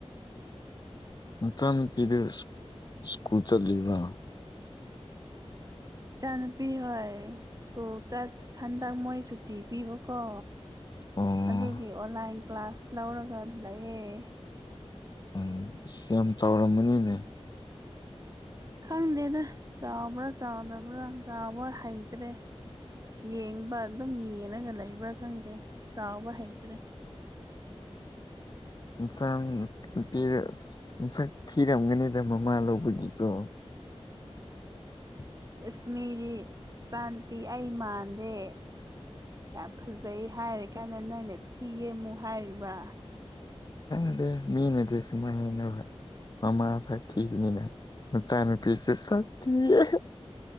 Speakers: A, on the left (about 40°); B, on the right (about 30°).
A: ꯅꯆꯥꯅꯨꯄꯤꯗꯨ ꯁ꯭ꯀꯨꯜ ꯆꯠꯂꯤꯕꫭ
B: ꯏꯆꯥ ꯅꯨꯄꯤ ꯍꯣꯏ ꯁ꯭ꯀꯨꯜ ꯆꯠ ꯁꯟꯗꯛ ꯃꯣꯏ ꯁꯨꯇꯤ ꯄꯤꯕꯀꯣ
A: ꯑꯣ
B: ꯑꯗꯨꯒꯤ ꯑꯣꯟꯂꯥꯏꯟ ꯀ꯭ꯂꯥꯁ ꯂꯧꯔꯒ ꯂꯩꯌ‌ꯦ
A: ꯎꯝ ꯑꯁ ꯌꯥꯝ ꯆꯥꯎꯔꯝꯃꯅꯤꯅꯦ
B: ꯈꯪꯗꯦꯗ ꯆꯥꯎꯕꫪ ꯆꯥꯎꯗꯕ꯭ꯔꯥ ꯆꯥꯎꯕ ꯍꯩꯇ꯭ꯔꯦ ꯌꯦꯡꯕ ꯑꯗꯨꯝ ꯌꯦꯡꯉꯒ ꯂꯩꯕ꯭ꯔꯥ ꯈꯪꯗꯦ ꯆꯥꯎꯕ ꯍꯩꯇ꯭ꯔꯦ
A: ꯆꯥꯡ ꯄꯤꯔꯁ ꯃꯁꯛ ꯊꯤꯔꯝꯒꯅꯤꯗ ꯃꯃꯥ ꯂꯧꯕꯒꯤꯀꯣ <inaudible>
B: ꯏꯁꯃꯤꯗꯤ ꯏꯆꯥ ꯅꯨꯨꯄꯤ ꯑꯩ ꯃꯥꯟꯗꯦ ꯌꯥꯝ ꯐꯖꯩ ꯍꯥꯏꯔꯤ ꯀꯥꯟꯗ ꯅꯣꯏꯅ ꯊꯤꯌ‌ꯦ ꯃꯨꯛ ꯍꯥꯏꯔꯤꯕ
A: ꯅꯪꯅꯗꯤ ꯃꯤꯅꯗꯤ ꯁꯨꯃꯥꯏꯅ ꯍꯥꯏꯅꯕ ꯃꯃꯥ ꯁꯛꯊꯤꯕꯅꯤꯅ ꯃꯆꯥꯅꯨꯄꯤꯁꯨ ꯁꯛꯗꯤꯌ‌ꯦ